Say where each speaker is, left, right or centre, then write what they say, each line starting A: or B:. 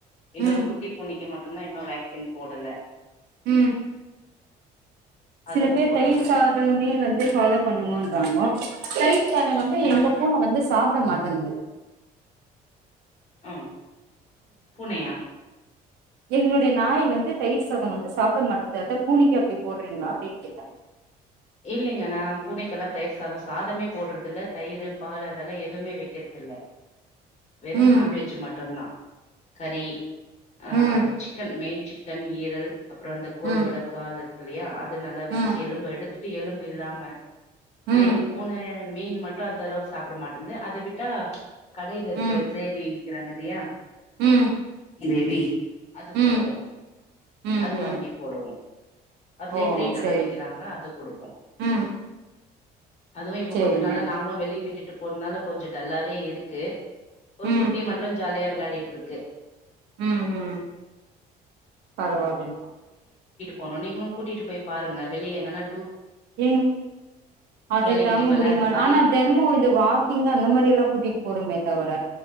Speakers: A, on the left; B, on the right.
A: இன்னொரு
B: ம்
A: குட்டி பூனைக்கு மட்டுதா இன்னொரு வேக்சின் போடல
B: உம் சில
A: அதுவு
B: பேர்
A: போடணு
B: தயிர் சாதமே வந்து ஃபாலோ பண்ணுங்கோன்றாங்கோ தயிர் சாதம் வந்து
A: ம்
B: எங்க பூன வந்து சாப் ட மாட்டேன்து
A: ம் பூனையா
B: என்னுடைய நாய் வந்து தயிர் சாதம் வந்து சாப்பிட மாட்டேந்து அத்தா பூனைக்கு அப்டி போடுறீங்களா அப்டின்னு கேட்டே
A: இல்லைங்க நான் பூனைக்கெல்லாம் தயிர் சாதம் சாதமே போடுறதுல்ல தயிரு பாலு அதெல்லா எதுவுமே வைக்கறதில்ல வெறும்
B: ம்
A: நான்வெஜ் மட்டு தா கறி ஆஹ்
B: ம்
A: சிக்கன் மெய்ன் சிக்கன் ஈரல் அப்றோ அந்த கோழியோட
B: ம்
A: காலு இருக்கு இல்லயா அ து நல்லா வச்சு
B: ம்
A: எலும்ப எடுத்துட் டு எலும்பு இல்லாம ஆனா
B: ம்
A: எங்க பூன மீன் மட்டு அந்த அளவுக் சாப்ட மாட்டேன்து அத விட்டா கடையில இருக்குற
B: ம்
A: கிரேவி விக்கிறாங்க இல்லயா
B: ம்
A: கிரேவி அது
B: ம்
A: போடுவோ
B: ம்
A: அது வாங்கி
B: ம்
A: போடுவோ அதுலே
B: ஓ
A: ட்ரீட் எல்லா
B: சேரி
A: விக்கிறாங்க அது குடுப்போம்
B: ம்
A: அதுவும் இப்ப
B: சேரிங்க
A: கொஞ்ச நாளா நாங்களும் வெளிய விட்டுட்டு ஒரு நாளா கொஞ்சோ டல்லாவே இருக்கு ஒரு
B: ம்
A: குட்டி மட்டும் ஜாலியா விளயாடிட்டு இருக்கு
B: ம் ம் பரவால்ங்க
A: போனோ நீங்களும் கூட்டிட்டு போய் பாருங்க வெளிய எங்கனா
B: ஏங்க அது
A: ஏலகிரி
B: தாங்க
A: மல
B: முடியுமா
A: அது மாரி
B: ஆனா தெனமு இந்த வாக்கிங் அந்த மாரி லா கூட்டிட் போறோமே தவர